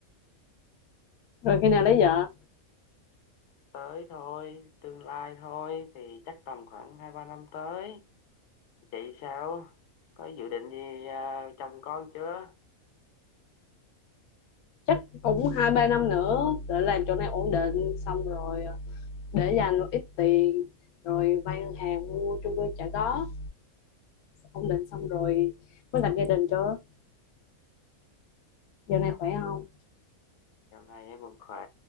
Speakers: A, on the left (about 85°); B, on the left (about 60°).
A: rồi khi nào lấy vợ
B: tới thôi tương lai thôi thì chắc tầm khoảng hai ba năm tới chị sao có dự định gì à, chồng con chưa
A: chắc cũng hai ba năm nữa để làm chỗ này ổn định xong rồi để dành một ít tiền rồi vay ngân hàng mua chung cư trả góp ổn định xong rồi mới lập gia đình cho giờ này khỏe không
B: dạo này em vẫn khỏe